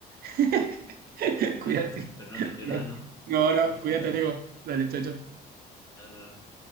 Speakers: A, on the right (about 65°); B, on the left (about 20°).
A: <laughs>
B: Dale, dale,
A: Cuídate,
B: dale. Pero no te pierdas,
A: cuídate.
B: ¿no?
A: No, no,
B: No te
A: cuídate,
B: pierdas.
A: amigo. Dale, chao, chao.
B: Ya no.